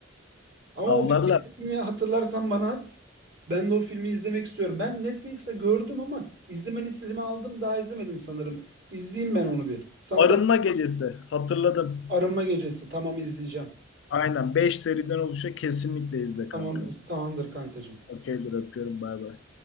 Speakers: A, on the right (about 80°); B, on the left (about 75°).
A: Ama
B: <laughs> Avlarlar.
A: o filmin ismini hatırlarsan bana at. Ben de o filmi izlemek istiyorum. Ben Netflix'te gördüm ama izleme listesime aldım. Daha izlemedim sanırım. İzleyeyim ben onu bir. Sana
B: Arınma
A: da
B: gecesi. Hatırladım.
A: arınma gecesi. Tamam izleyeceğim.
B: Aynen 5 seriden oluşuyor. Kesinlikle izle kanka.
A: Tamamdır. Tamamdır kankacığım.
B: Okeydir öpüyorum bay bay.